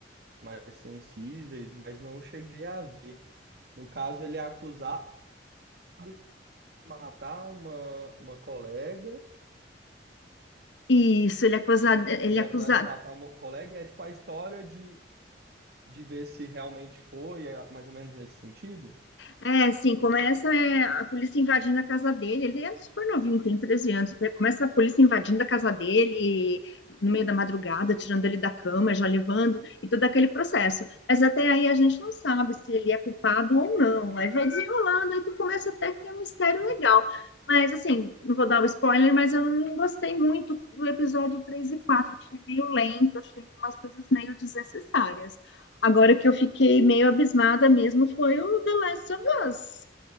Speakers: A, on the right; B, on the left.
A: mais sensíveis, mas não cheguei a ver. No caso, ele é acusado de matar uma, uma colega.
B: Isso, ele é acusado, ele
A: Ele
B: é acusa,
A: é acusado de matar uma colega e é tipo a história de, de ver se realmente foi, é mais ou menos nesse sentido.
B: É, sim, começa é, a polícia invadindo a casa dele. Ele é super novinho, tem 13 anos. né, Começa a polícia invadindo a casa dele no meio da madrugada, tirando ele da cama, já levando, e todo aquele processo. Mas até aí a gente não sabe se ele é culpado ou não. Aí vai desenrolando, aí tu começa até que tem um mistério legal. Mas, assim, não vou dar o spoiler, mas eu não gostei muito do episódio 3 e 4. Achei meio lento, achei umas coisas meio desnecessárias. Agora que eu fiquei meio abismada mesmo foi o The Last mas,